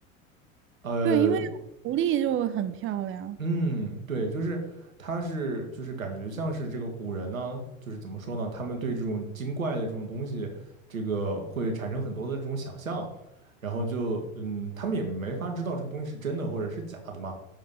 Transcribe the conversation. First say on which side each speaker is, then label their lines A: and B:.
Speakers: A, on the right; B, on the right.
A: 呃，
B: 对，因为狐狸就很漂亮，
A: 嗯，对，就是他是就是感觉像是这个古人呢，就是怎么说呢，他们对这种精怪的这种东西，这个会产生很多的这种想象，然后就嗯，他们也没法知道这个东西是真的或者是假的嘛，